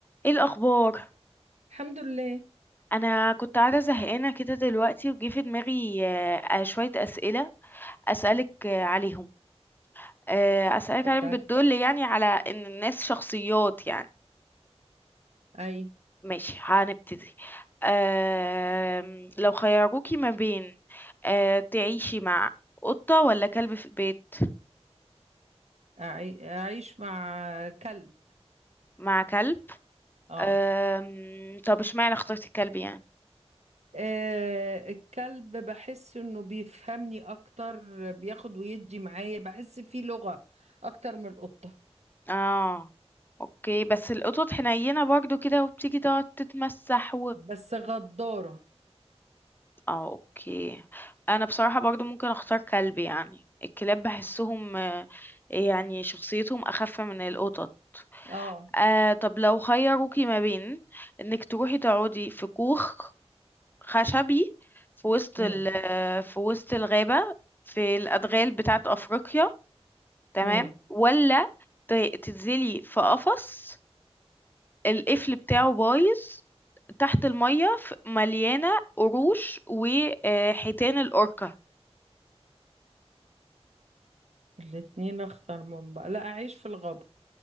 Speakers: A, on the left; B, on the right.
A: ايه الاخبار
B: الحمد لله
A: انا كنت قاعده زهقانه كده دلوقتي وجه في دماغي آه، آه، شويه اسئله اسالك آه، عليهم آه، اسالك
B: اتفضلي
A: عليهم بتدل يعني على ان الناس شخصيات يعني
B: اي
A: ماشي هنبتدي آم، لو خيروكي ما بين آه، تعيشي مع قطه ولا كلب في البيت
B: أعي- اعيش مع كلب
A: مع كلب
B: اه
A: آم، طب اشمعنى اخترتي الكلب يعني
B: آه، الكلب بحس انه بيفهمني اكتر بياخد ويدي معايا بحس فيه لغة اكتر من القطة
A: اه اوكي بس القطط حنينه برضو كده وبتيجي تقعد تتمسح
B: بس غدارة
A: اه اوكي انا بصراحة برضو ممكن اختار كلب يعني الكلاب بحسهم آه، يعني شخصيتهم اخف من القطط
B: اه
A: آه طب لو خيروكي ما بين انك تروحي تقعدي في كوخ خشبي في وسط
B: امم
A: ال آه، في وسط الغابة في الادغال بتاعت افريقيا تمام
B: امم
A: ولا ت- تنزلي في قفص القفل بتاعه بايظ تحت المية ف- مليانة قروش وحيتان الأوركا
B: الاتنين اخطر من بعض لا اعيش في الغابة